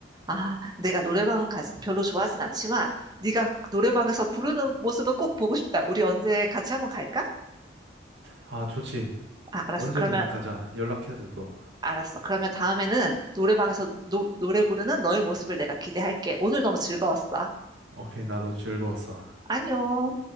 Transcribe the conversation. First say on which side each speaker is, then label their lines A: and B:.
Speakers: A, on the right; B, on the right.
A: 아, 내가 노래방은 가, 별로 좋아하진 않지만, 네가 노래방에서 부르는 모습은 꼭 보고 싶다. 우리 언제 같이 한번 갈까?
B: 아, 좋지.
A: 아, 알았어.
B: 언제든
A: 그러면,
B: 가자. 연락하자 또.
A: 알았어. 그러면 다음에는 노래방에서 노, 노래 부르는 너의 모습을 내가 기대할게. 오늘 너무 즐거웠어.
B: 오케이, 나도 즐거웠어.
A: 안녕.